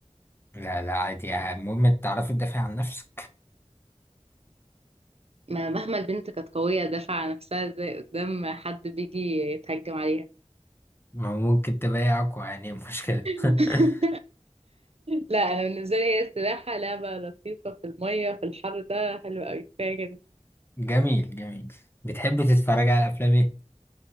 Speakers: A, on the left; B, on the right.
A: لا لا عادي يعني المهم تعرفي تدافع عن نفسك
B: ما مهما البنت كانت قوية دافعة عن نفسها ازاي قدام حد بيجي يتهجم عليها
A: ما هو ممكن تبقى اقوى يعني مشكلة <laughs>
B: <laughs> لا أنا بالنسبة لي هي السباحة لعبة لطيفة في المية في الحر ده حلو أوي كفاية كده
A: جميل جميل بتحب تتفرج على افلام ايه